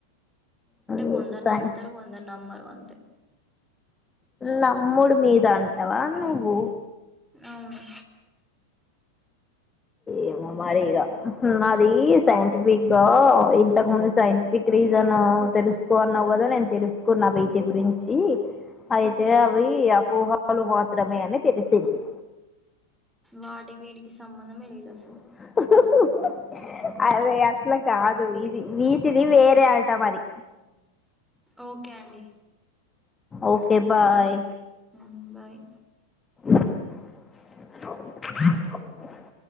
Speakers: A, in the centre; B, on the left.
A: అంటే
B: నీకు
A: కొందరు
B: సై
A: నమ్ముతారు కొందరు నమ్మరు అంతే
B: నమ్ముడు మీద అంటవా నువ్వు
A: అవును
B: ఏమో మరి ఇగ అది సైంటిఫిక్ గా ఇంతకు ముందు సైంటిఫిక్ రీజన్ తెలుసుకో అన్నావు కదా నేను తెలుసుకోన్నా వీటి గురించి అయితే అవి అపోహలు మాత్రమే అని తెలిసింది
A: వాటికి వీటికి సంబంధమే లేదు అసలు
B: <inaudible> అరే అట్లా కాదు వీటిది వేరే అటా మరి
A: ఓకే అండి
B: ఓకే బాయ్
A: హ్మ్ బాయ్
B: <inaudible>